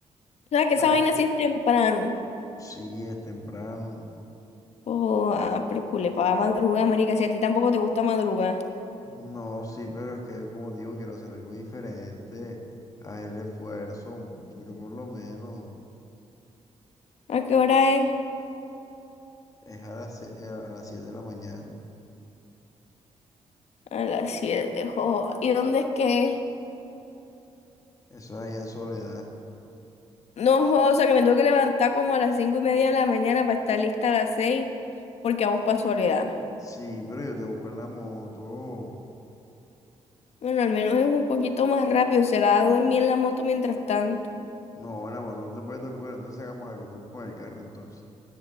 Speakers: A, on the left; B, on the left.
A: O sea, que
B: Bueno,
A: esa vaina sí es temprano.
B: sí, es temprano.
A: Oh, ah, pero culepa, va a madrugar, marica, si a ti tampoco te gusta madrugar.
B: No, sí, pero es que, como te digo, quiero hacer algo diferente. Haz el esfuerzo, un poquito por lo menos.
A: ¿A qué hora es?
B: Es a las, sie- eh, a las siete de la mañana.
A: A las 7, joda. ¿Y dónde es que es?
B: Eso es allá en Soledad.
A: No, joda, o sea, que me tengo que levantar como a las cinco y media de la mañana para estar lista a las 6 porque vamos para Soledad.
B: Sí, pero yo te busco en la moto.
A: Bueno, al menos es un poquito más rápido, será dormir en la moto mientras tanto.
B: No, en la moto no te puedes dormir. Bueno, entonces hagamos algo, te busco en el carro entonces.